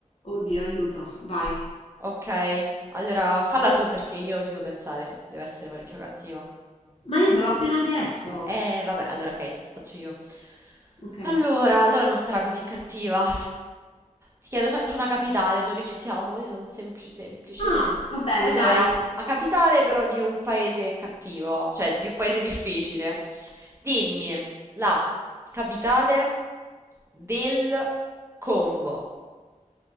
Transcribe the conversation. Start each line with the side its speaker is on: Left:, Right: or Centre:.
Left: oddio, aiuto, vai.
Right: Ok, allora falla tu perché io ci devo pensare, deve essere parecchio cattiva.
Left: Ma io te l'ho appena chiesto.
Right: Eh, vabbè, allora ok, faccio io.
Left: Ok.
Right: Allora, allora non sarà così cattiva. Ti chiedo sempre una capitale, già che ci siamo, così sono semplici semplici.
Left: Ah, va bene,
Right: Allora,
Left: dai.
Right: la capitale però di un paese cattivo, cioè di un paese difficile. Dimmi la capitale del Congo.